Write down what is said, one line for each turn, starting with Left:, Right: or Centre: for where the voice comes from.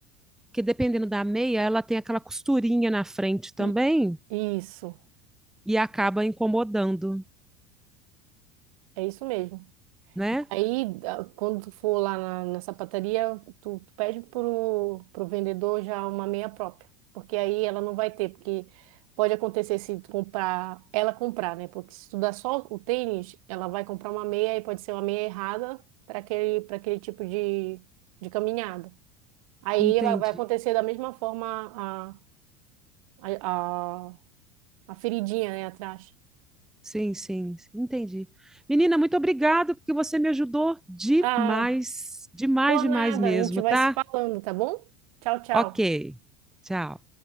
Centre: que dependendo da meia, ela tem aquela costurinha na frente também.
Right: E- Isso,
Centre: e acaba incomodando,
Right: é isso mesmo.
Centre: né?
Right: Aí, a- quando tu for lá na, na sapataria, tu, tu pede pro, pro vendedor já uma meia própria, porque aí ela não vai ter, porque pode acontecer se tu comprar, ela comprar, né? Porque se tu dá só o tênis, ela vai comprar uma meia e pode ser uma meia errada para aquele, para aquele tipo de, de caminhada. Aí
Centre: Entendi.
Right: vai, vai acontecer da mesma forma a, a, a, a feridinha, né, atrás.
Centre: Sim, sim, entendi. Menina, muito obrigado porque você me ajudou demais,
Right: Ah,
Centre: demais,
Right: por
Centre: demais
Right: nada,
Centre: mesmo,
Right: a gente vai
Centre: tá?
Right: se falando, tá bom? Tchau, tchau.
Centre: Ok. Tchau.